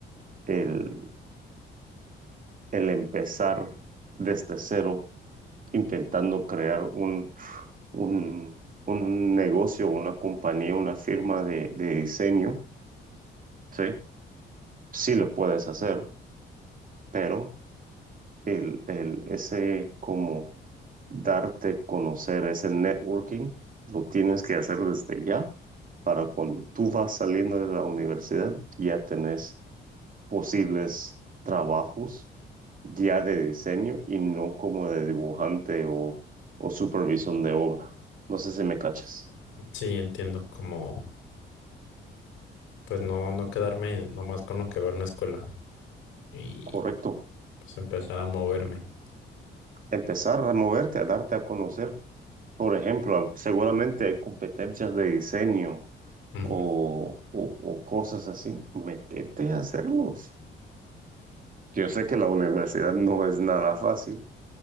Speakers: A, on the right; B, on the left.
A: el, el empezar desde cero, intentando crear un, un, un negocio, una compañía, una firma de, de diseño, ¿sí? Sí lo puedes hacer, pero el, el, ese como darte conocer, ese networking, lo tienes que hacer desde ya para cuando tú vas saliendo de la universidad, ya tenés posibles trabajos ya de diseño y no como de dibujante o, o supervisión de obra. No sé si me cachas.
B: Sí, entiendo. Como pues no, no quedarme nomás con lo que veo en la escuela y
A: Correcto.
B: pues empezar a moverme.
A: Empezar a moverte, a darte a conocer Por ejemplo, seguramente hay competencias de diseño
B: Ujú,
A: o, o- o cosas así. Métete a hacerlos. Yo sé que la universidad no es nada fácil,